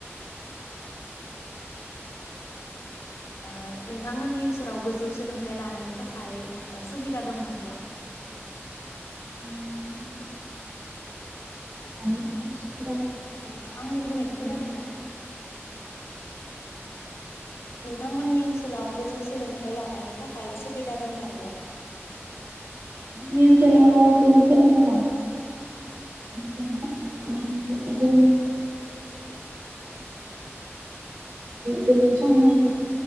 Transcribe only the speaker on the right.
<inaudible> <inaudible>
जोंनि ओनसोलाव गोजौ सोलोंथाइ लानो थाखाय सुबिदा <inaudible>